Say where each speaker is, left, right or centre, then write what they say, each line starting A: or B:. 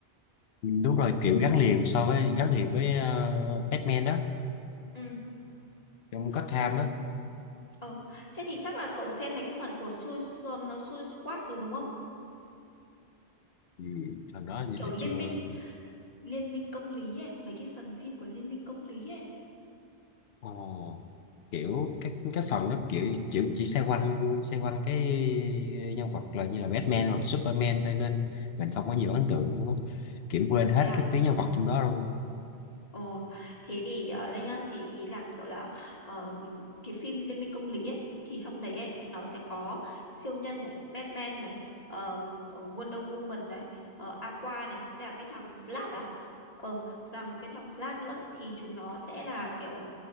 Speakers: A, on the left; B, on the left.
A: Ừ, đúng rồi kiểu gắn liền so với gắn liền với ờ, Batman đó
B: ừ.
A: trong Gotham
B: Ừ,
A: á
B: ờ, thế thì chắc là cậu xem mấy cái phần của Su Su, Su Squad rồi đúng không?
A: ừ, thằng đó như
B: Kiểu
A: là
B: liên
A: chưa
B: minh Liên minh công lý ấy, mấy cái phần phim của Liên minh công lý ấy.
A: Ồ, kiểu cái cái phần nó kiểu kiểu chỉ xoay quanh xoay quanh cái nhân vật là như là Batman hoặc là Superman thôi nên mình không có nhiều ấn tượng đúng không kiểu quên hết
B: Thế à?
A: các tuyến
B: Ờ.
A: nhân vật trong đó luôn
B: Ồ, thế thì ờ, đây nhá, thì ý là kiểu là ờ, cái phim Liên minh công lý ấy thì trong đấy ấy nó sẽ có siêu nhân này, Batman này, ờm, Wonder Woman này, ờ, Aqua này, với cả cái thằng Flash à. Ờ, thằng cái thằng Flash nữa thì chúng nó sẽ là kiểu ừm,